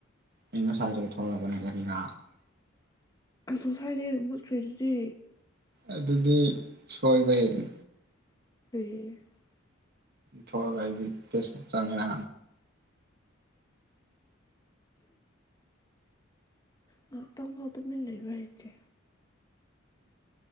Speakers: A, on the right; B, on the left.
A: ꯑꯩ ꯉꯁꯥꯏꯗꯩ ꯊꯣꯛꯂꯛꯄꯅꯤ ꯂꯦꯞꯄꯤꯅ
B: ꯑꯁꯨꯁꯥꯏꯗꯤ ꯃꯨꯠꯈꯔꯤꯗꯨꯗꯤ
A: ꯑꯗꯨꯗꯤ ꯁꯣꯏꯕ ꯅꯤ
B: <unintelligible>
A: ꯊꯣꯛꯒ ꯑꯗꯤ ꯐꯦꯁꯕꯨꯛ ꯆꯪꯉꯦꯅ
B: ꯉꯥꯛꯇꯪ ꯐꯥꯎꯕ ꯇꯨꯃꯤꯟ ꯂꯩꯕ ꯍꯩꯇꯦ